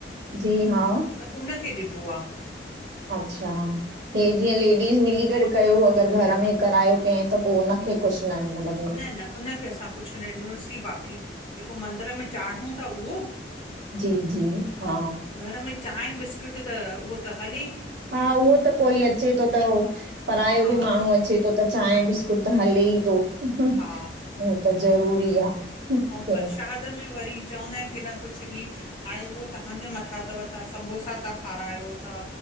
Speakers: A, on the right (about 80°); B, on the left (about 30°).
A: जी, हा!
B: त, उनखे ॾिबो आहे।
A: अच्छा! हे, जीअं लेडीस मिली करे कयो, अगरि घर में करायो कंहिं त, पोइ हुननखे कुझु न। मतलब
B: न-न, उन खे असां कुझु न ॾिनोसीं। बाक़ी जेको मंदर में चाढ़ूं था उहो?
A: जी जी हा
B: ऐं, घर में चाह बिस्कुट त, उहो त हले ई।
A: हां, उहो त कोई अचे थो त। परायो
B: हा
A: बि माण्हू अचे थो। त चाह बि कुझ त हले ई थो। उह
B: हा
A: त ज़रूरी हे आहे।
B: पर्रशाद में वरी चवंदा आहिनि की न कुझु कुझु बि। हाणे उहो तव्हांजे मथां अथव। तव्हां सम्बोसा था खारायो था।